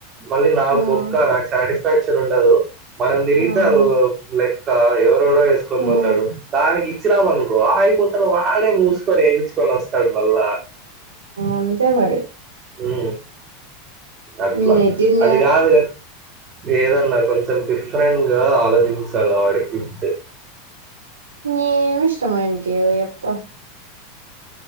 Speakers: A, on the right (about 30°); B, on the right (about 75°).
A: మళ్ళీ నా
B: మ్మ్.
A: బొక్క నాకు సాటిస్ఫాక్షన్ ఉండదు మనం తిరిగితే
B: మ్మ్.
A: అదోక లెక్క ఎవరెవరో వేసుకొని
B: మ్మ్.
A: పోతారూ దానికి ఇచ్చినామ అనుకో ఆగిపోత వాడే మూసుకొని వేయిచ్చుకొని వస్తాడు మల్ల
B: అంతే మారి
A: ఉ అట్లా
B: నెజిన్
A: అది కాదు ఏదన్నా కొంచెం డిఫరెంట్ గా ఆలోచించాలి వాడి క్విప్ట్
B: ఏమి ఇష్టము ఆయనకి నువ్వు